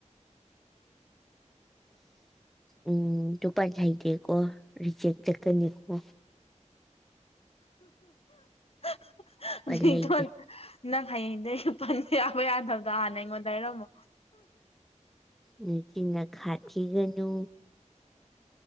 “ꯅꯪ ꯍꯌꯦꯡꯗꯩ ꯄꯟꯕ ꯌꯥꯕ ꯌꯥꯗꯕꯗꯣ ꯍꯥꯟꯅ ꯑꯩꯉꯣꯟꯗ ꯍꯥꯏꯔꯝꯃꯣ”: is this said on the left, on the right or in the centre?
Left